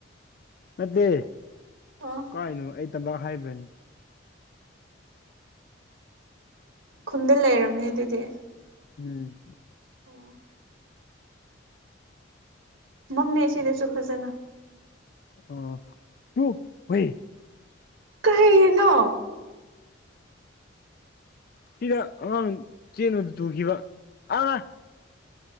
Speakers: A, on the left; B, on the right.
A: ꯅꯠꯇꯦ
B: ꯑꯣ
A: ꯀꯥꯔꯥꯏꯗꯅꯣ ꯑꯩ ꯇꯝꯄꯥꯛ ꯍꯥꯏꯕ꯭ꯔꯅꯦ
B: ꯈꯨꯟꯗ ꯂꯩꯔꯝꯃꯅꯦ ꯑꯗꯨꯗꯤ
A: ꯎꯝ
B: ꯑꯣ ꯃꯝꯃꯦ ꯁꯤꯗꯁꯨ ꯐꯖꯅ
A: ꯑꯣ ꯇꯨ ꯍꯣꯏ
B: ꯀꯔꯤ ꯅꯣ
A: ꯁꯤꯗ ꯑꯉꯥꯡ ꯆꯦꯟꯕꯗꯨ ꯇꯨꯈꯤꯕ ꯑꯥ